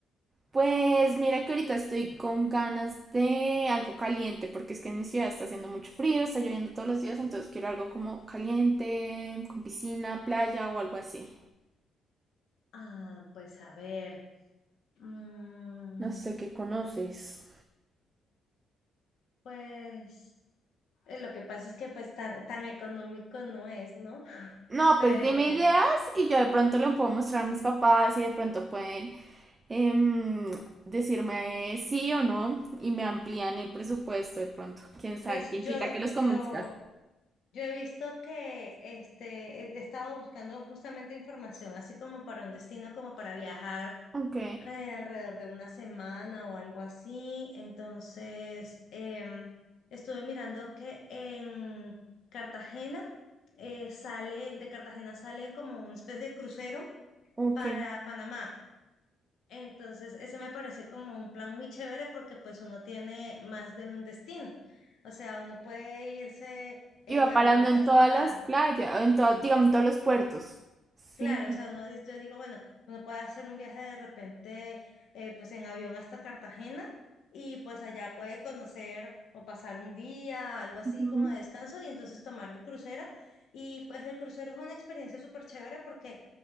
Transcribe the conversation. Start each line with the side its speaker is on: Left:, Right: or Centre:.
Right: Pues mira que ahorita estoy con ganas de algo caliente, porque es que en mi ciudad está haciendo mucho frío, está lloviendo todos los días, entonces quiero algo como caliente, con piscina, playa o algo así.
Left: Ah, pues a ver, mm,
Right: No sé qué conoces.
Left: pues eh, lo que pasa es que pues tan, tan económico no es, ¿no?
Right: No,
Left: Pero
Right: pues dime ideas y yo de pronto le puedo mostrar a mis papás y de pronto pueden em, decirme sí o no y me amplían el presupuesto de pronto. Quién sabe,
Left: pues
Right: quién
Left: yo,
Right: quita que los convenzca.
Left: yo, yo he visto que este, he he estado buscando justamente información, así como para un destino, como para viajar
Right: Ok,
Left: eh, alrededor de una semana o algo así. Entonces, em, estuve mirando que en Cartagena eh, sale, de Cartagena salen como una especie de crucero
Right: ok.
Left: para Panamá. Entonces, ese me parece como un plan muy chévere porque pues uno tiene más de un destino. O sea, uno puede irse en
Right: Iba
Left: avión
Right: parando en
Left: hasta
Right: todas las playas, en todo, digamos, en todos los puertos. Sí.
Left: Claro, o sea, uno, dice- yo digo, bueno, uno puede hacer un viaje de repente, eh, pues en avión hasta Cartagena y pues allá puede conocer o pasar un día, algo así
Right: ujú,
Left: como de descanso y entonces tomar el crucero. Y pues el crucero es una experiencia súper chévere porque